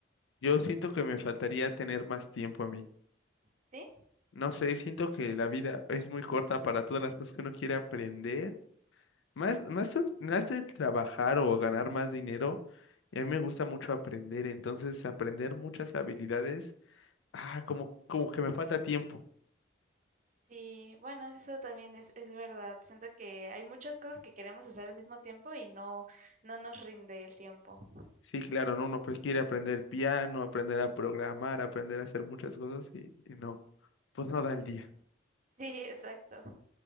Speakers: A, on the left (about 80°); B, on the right (about 40°).
A: Yo siento que me faltaría tener más tiempo a mí.
B: ¿Sí?
A: No sé, siento que la vida es muy corta para todas las cosas que uno quiere aprender. Más, más, so- más de trabajar o ganar más dinero. Y a mí me gusta mucho aprender. Entonces, aprender muchas habilidades. Ah, como, como que me falta tiempo.
B: Sí, bueno, eso también es, es verdad. Siento que hay muchas cosas que queremos hacer al mismo tiempo y no, no nos rinde el tiempo.
A: Sí, claro, ¿no? Uno pues quiere aprender piano, aprender a programar, aprender a hacer muchas cosas y, y no. Pues no da
B: Sí,
A: el día.
B: sí, <laughs> exacto.